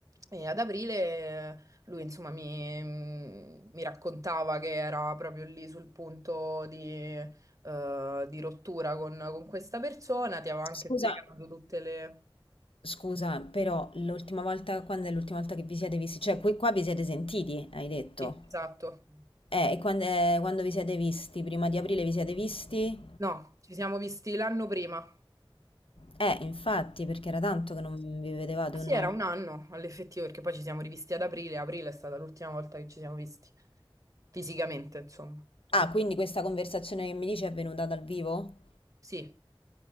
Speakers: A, on the right; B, on the left.
A: E ad aprile. Lui, insomma, mi, mi raccontava che era proprio lì sul punto di, eh, di rottura con, con questa persona. Ti avevo anche
B: Scusa,
A: spiegato tutte le...
B: scusa, però l'ultima volta, quando è l'ultima volta che vi siete visti? Cioè, qui, qua vi siete sentiti, hai detto.
A: Sì, esatto.
B: Eh, e quando, eh, quando vi siete visti? Prima di aprile vi siete visti?
A: No, ci siamo visti l'anno prima.
B: Eh, infatti, perché era tanto
A: Ah,
B: che non vi vedevate
A: Sì,
B: o no?
A: era un anno all'effettivo, perché poi ci siamo rivisti ad aprile. Aprile è stata l'ultima volta che ci siamo visti fisicamente, insomma.
B: Ah, quindi questa conversazione che mi dici è venuta dal vivo?
A: Sì.